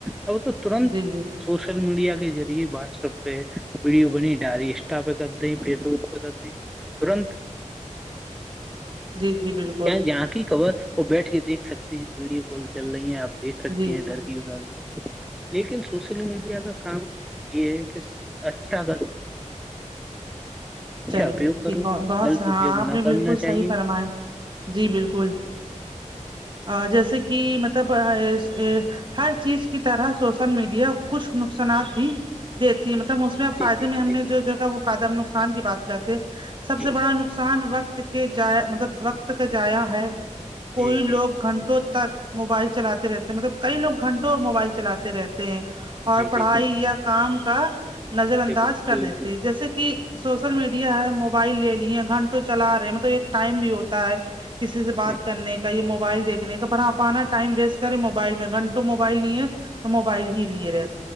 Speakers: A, in the centre; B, on the right.
A: اب تو ترنت
B: جی جی
A: سوشل میڈیا کے ذریعے واٹس ایپ پہ ویڈیو بنی ڈ انسٹا پہ کر دیں فیس بک پہ کر دیں ترنت
B: جی جی بالکل
A: جہاں کی خبر وہ بیٹھ کے دیکھ سکتے ہیں ویڈیو کال چل رہی ہیں اب دیکھ سکتی
B: جی
A: ہیں ادھر کی ادھر لیکن سوشل میڈیا کا کام یہ ہے کہ کس اچھا کرو
B: چلیے
A: اپیوگ کروں
B: ب بہت
A: غلط
B: ہاں
A: اپیوگ
B: آپ
A: نہ
B: نے
A: کرنا
B: بالکل
A: چاہیے
B: صحیح فرمایا جی بالکل ا جیسے کہ مطلب یہ۔۔۔ یہ ہر چیز کی طرح سوشل میڈیا کچھ نقصانات بھی دیتی ہے مطلب اس میں فائدے
A: جی جی
B: میں ہم
A: دیکھو
B: نے جو جا وہ فائدہ نقصان کی بات کرتے سب
A: جی
B: سے بڑا نقصان وقت کے جا مطلب وقت کا جایا ہے کوئی
A: جی
B: لوگ
A: جی
B: گھنٹوں تو تک موبائل چلاتے رہتے ہیں مطلب کئی لوگ گھنٹوں موبائل چلاتے رہتے ہیں اور
A: جی
B: پڑھائی
A: دیکھو
B: یا کام کا نظر انداز
A: دیکھو
B: کر
A: کوئی
B: دیتے جیسے کہ سو شل میڈیا ہے موبائل لے لی ہیں گھنٹوں چلا رہے ہیں مطلب ایک ٹائم بھی ہوتا ہے کسی سے بات
A: دیکھو
B: کرنے کا یہ موبائل دیکھنے کا پر آپ آنا ٹائم ویسٹ کریں موبائل میں گھنٹوں موبائل نہیں تو موبائل ہی لیے رہے